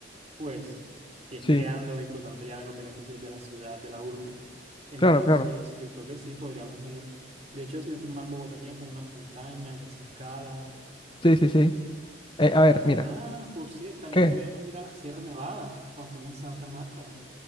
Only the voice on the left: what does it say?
sí,
claro, claro.
Sí, sí, sí. Eh, a ver,
mira,
¿qué?